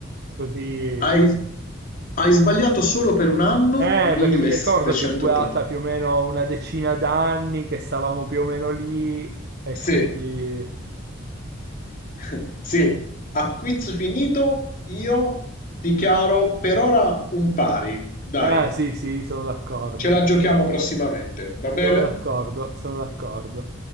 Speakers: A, on the right; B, on the left.
A: così.
B: Hai, hai sbagliato solo per un anno,
A: Eh,
B: 1780.
A: perché mi ricordo che è durata più o meno una decina d'anni, che stavamo più o meno lì, e
B: Sì,
A: quindi...
B: <laughs> sì, a quiz finito io dichiaro per ora un pari, dai,
A: Ah, sì, sì, sono d'accordo.
B: ce la giochiamo prossimamente, va
A: Sono
B: bene?
A: d'accordo, sono d'accordo.